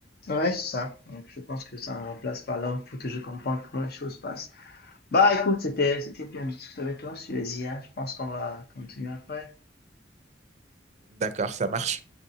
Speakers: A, on the left; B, on the right.
A: Ouais, c'est ça. Donc, je pense que ça ne remplace pas l'homme. Il faut toujours comprendre comment les choses passent. Bah, écoute, c'était, c'était bien de discuter avec toi sur les IA. Je pense qu'on va continuer après.
B: D'accord, ça marche.